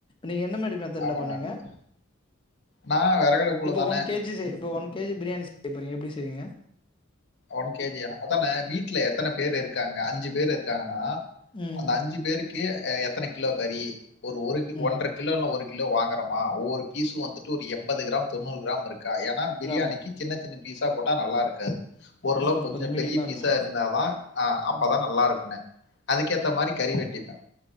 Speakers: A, on the left (about 25°); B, on the left (about 60°).
A: நீங்க என்ன மாரி மெதட்ல
B: ஆமாண்ணே,
A: பண்ணுவீங்க
B: ஆமாண்ணே. நான் விறகடுப்புல
A: இப்போ
B: தானே
A: ஒன் கேஜி இப்போ ஒன் கேஜி பிரியாணி செய்றீங்க எப்டி செய்வீங்க
B: ஒன் கேஜி அதானே வீட்டுல எத்தனை பேரு இருக்காங்க அஞ்சு பேரு இருக்காங்கன்னா
A: ம்
B: அந்த அஞ்சு பேருக்கு எத்தனை கிலோ கறி ஒரு ஒரு
A: ம்
B: ஒன்றரை கிலோல்ல ஒரு கிலோ வாங்குறமா ஒவ்வொரு பீஸும் வந்துட்டு ஒரு எண்பது கிராம் தொண்ணூறு கிராம் இருக்கு ஏன்னா பிரியாணிக்கு
A: ஆமா
B: சின்ன சின்ன பீஸா போட்டா நல்லா இருக்காது ஓரளவு
A: ம் ம்
B: கொஞ்சம்
A: கொஞ்சோ மீடியமா
B: பெரிய பீஸாக
A: இருக்கணு
B: இருந்தால் தான் அப்போ
A: ம்
B: தான் நல்லா இருக்குணே அதுக்கேற்ற மாதிரி கறி வெட்டிப்பேன்